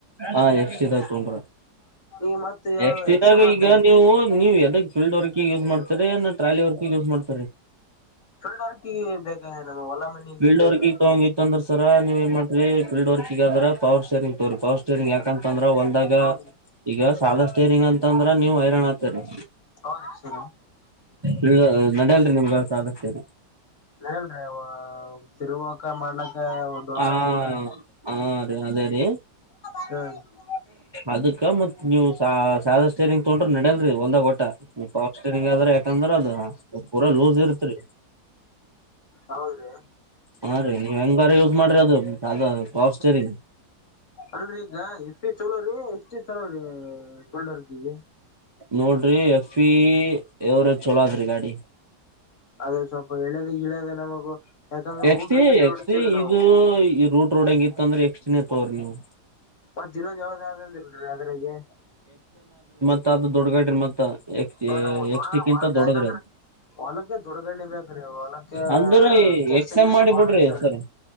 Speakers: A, on the right (about 25°); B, on the left (about 45°).
A: ಹಾ ಎಕ್ಸ್ ಟಿ ದಾಗ ತೊಗೊಂಡ್ರ
B: <unintelligible>
A: ಎಕ್ಸ ಟಿ
B: ಎಕ್ಸಮ್
A: ದಾಗ
B: ಆತದ್ರಿ
A: ಈಗ ನೀವು ನೀವ ಎದಾಗ ಫೀಲ್ಡ್ ವರ್ಕ್ ಯೂಸ್ ಮಾಡ್ತೀರಿ ಟ್ರಾಲಿ ವರ್ಕ್ಗ ಯೂಸ್ ಮಾಡ್ತರಿ
B: ಫೀಲ್ಡ್ ವರ್ಕ್ ಗ ಬೇಕ್ ಆಗ್ಯದ ನಮ್ಮ ಹೊಲ ಮನೆಗ
A: ಫೀಲ್ಡ್
B: ಬೇಗ
A: ವರ್ಕಿಗ್ ತಗೊಂಗಿತ್ತು ಅಂದ್ರ ಸರ ನೀವ ಏನ್ ಮಾಡ್ರಿ ಫೀಲ್ಡ್ ವರ್ಕ್ಗದ್ರ ಪವರ್ ಸ್ಟೇರಿಂಗ್ ಪವರ್ ಸ್ಟೇರಿಂಗ್ ಯಾಕಂತ ಅಂದ್ರ ಹೊಲ್ದಾಗ
B: ಹೌದ್ರಿ
A: ಈಗ ಸಾದ ಸ್ಟೇರಿಂಗ ಅಂತಂದ್ರ ನೀವ ಹೈರಾಣ ಆತೀರಿ
B: ಹೌದ್ರಿ ಸರ್
A: ಇದು ನಡಲ್ರಿ ನಿಮ್ಗೆ ಸಾದಸ್ಟೇರಿಂಗ
B: ನಾಡಿಯಲ್ರೀ ಅವ ತಿರುವಕ ಮಾಡಲ್ಲಕ ಹೊಲ
A: ಆ
B: ಗಿಲಾ
A: ಹ ಅದೇ ರೀ
B: ಹ್ಮ
A: ಅದಕ್ಕ ಮತ್ ನೀವ್ ಸಾಧ ಸ್ಟೇರಿಂಗ್ ತೊಗೊಂಡ್ರೆ ನಡೆಯಲ್ಲ ಹೊಲ್ದ ಓಟಾ ಪರ್ ಸ್ಟೇರಿಂಗ್ ಆದ್ರ ಯಾಕಂದ್ರ ಅದ ಪೂರಾ ಲೂಸ್ ಇರ್ತ್ರಿ
B: ಹೌದ್ರಿ
A: ಹಾ ರೀ ನೀ ಹೆಂಗಾರ ಯೂಸ್ ಮಾಡ್ರಿ ಅದು ಅದ ಪವರ್ ಸ್ಟೇರಿಂಗ್
B: ಅಲ್ರಿ ಈಗ ಇಕ್ಮ್ಗಿ ಚಲೋ ರೀ ಎಷ್ಟು ಇತ್ತ ರೀ ಫೀಲ್ಡ್ ವರ್ಕಿಂಗ್
A: ನೋಡ್ರಿ ಎಫ್ ಈ ಎವರೇಜ್ ಚಲೋ ಆದ್ರಿ ಗಾಡಿ
B: ಅದೇ ಸ್ವಲ್ಪ ಎಳ್ಯದ ಗಿಳ್ಯದ ನಮಗು ಯಾಕಂದ್ರೆ
A: ಎಕ್ಸಿ
B: ರೂಟ್ರ ಗಿಟ್ರ
A: ಎಕ್ಸಿ
B: ಹೊಡಿತೀವ್ರಿ ನಾವು
A: ಇದು ಈ ರೂಟ್ ರೋಟವೆಡೆಂಗತಂದ್ರೆ ಎಕ್ಸ್ಟಿನೇ ತೊರು ನೀವು
B: ಮತ್ತ ಈನ್ನೊಂದು ಯಾವಾದ ಆದಂದಲ್ರಿ ಅದ್ರಾಗೆ
A: ಮತ್ತ ಅ ದೊಡ್ಡಗಾಡ್ರಿ ಮತ್ತ ಎಕ್
B: ನಮ್ ದೊಣ
A: ಎಕ್ಸ್ಟಿಕ್
B: ಹೊಲಕ್
A: ಇಂತ ದೊಡದ್ರಿ
B: ಯಾಕಂದ್ರ
A: ಅ
B: ಹೊಲಕ್ಕೆ ದೊಡ ಗಾಡ್ನೆ ಬೇಕ್ರೀ ಹೊಲಕ್ಕೆ
A: ಅಂದ್ರ
B: ಕೆಲ್ಸ
A: ಎಕ್ಸಮ್
B: ಗಿಲ್ಸ
A: ಮಾಡಿ
B: ಬಾಳ
A: ಬಿಡ್ರಿ
B: ಇರ್ತ
A: ಸರ್
B: ರೀ